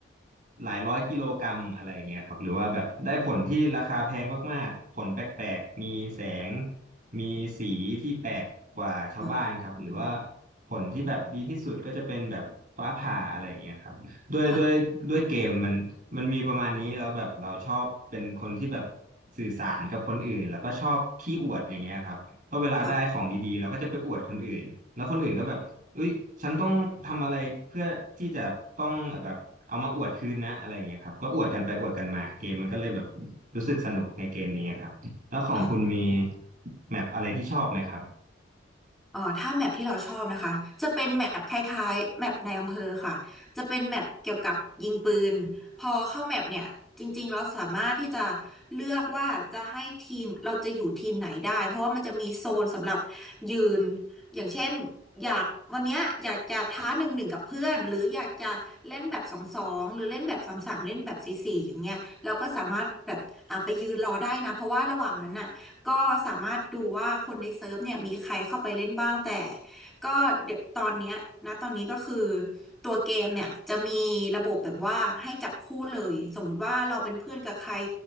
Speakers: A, on the right; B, in the centre.
A: หลายร้อยกิโลกรัมอะไรอย่างเงี้ยครับหรือว่าแบบได้ผลที่ราคาแพงมากๆผลแปลกๆ มีแสงมีสีที่แปลกกว่าชาวบ้านครับหรือว่า
B: อืมอืม
A: ผลที่แบบดีที่สุดก็จะเป็นแบบฟ้าผ่าอะไรอย่างเงี้ยครับ ด้วยด้วยด้วยเกมมันมันมีประมาณนี้แล้วแบบเราชอบเป็นคนที่แบบ
B: ค่ะ
A: สื่อสารกับคนอื่นแล้วก็ชอบขี้อวดอย่างเงี้ยครับเพราะเวลาได้ของดีๆเราก็จะไปอวดคนอื่นแล้วคนอื่นก็แบบเอ้ยฉันต้องทำอะไรเพื่อที่จะต้องแบบเอามาอวดคืนนะอะไรอย่างเงี้ยครับก็อวดกันไปอวดกันมาเกมมันก็เลยแบบ
B: ค่ะ
A: รู้สึกสนุกในเกมนี้ครับแล้วของคุณมี
B: ค่ะ
A: แมปอะไรที่ชอบไหมครับ
B: เอ่อถ้าแมปที่เราชอบนะคะจะเป็นแมปคล้ายๆแมปในอำเภอค่ะจะเป็นแมปเกี่ยวกับยิงปืนพอเข้าแมปเนี่ยจริงๆเราสามารถที่จะเลือกว่าจะให้ทีมเราจะอยู่ทีมไหนได้เพราะว่ามันจะมีโซนสำหรับยืนอย่างเช่นอยากวันเนี้ยอยากจะท้าหนึ่งหนึ่งกับเพื่อนหรืออยากจะเล่นแบบสองสองหรือเล่นแบบสามสามเล่นแบบสี่สี่อย่างเงี้ยเราก็สามารถแบบอ่ะไปยืนรอได้นะเพราะว่าระหว่างนั้นน่ะ ก็สามารถดูว่าคนในเซิร์ฟเนี่ยมีใครเข้าไปเล่นบ้างแต่ก็เดี๋ยวตอนเนี้ยนะตอนนี้ก็คือตัวเกมเนี่ยจะมีระบบแบบว่าให้จับคู่เลยสมมุติว่าเราเป็นเพื่อนกับใคร